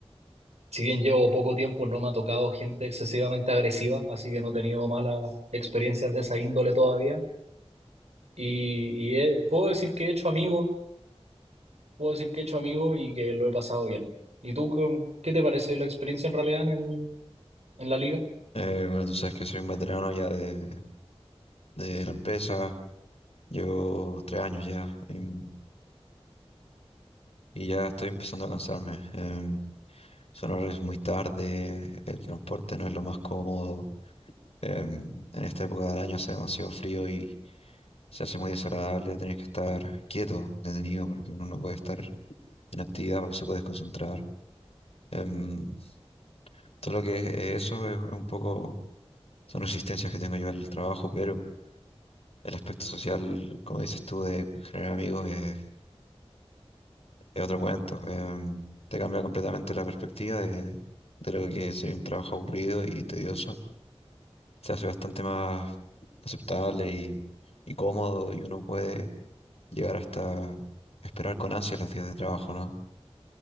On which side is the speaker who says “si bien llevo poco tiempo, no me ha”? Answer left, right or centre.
Right